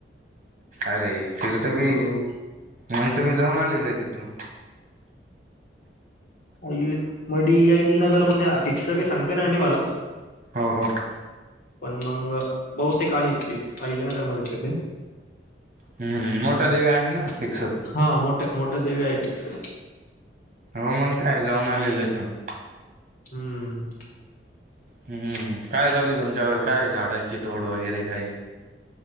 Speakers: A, on the right (about 45°); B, on the left (about 50°).
A: अरे फिर
B: अ
A: तर मी मग त मी जाऊन आलेल आहे तिथून,
B: अईल मडी अईल नगर मध्ये फिक्स काही सांगते ना मला,
A: हो हो.
B: पण मग बहुतेक आहे तेच अहिल्या्यनगरमध्येच तेथे.
A: हम्म मोटा देवी आहे ना! फिक्स
B: हा मोठा मोठा देवी आये फिक्स.
A: हो मग काय जाऊन आलेलं जेवण.
B: हम्म!
A: हम्म काय चालू य तुमच्याकड काय झाडांची तोड वगैरे काही,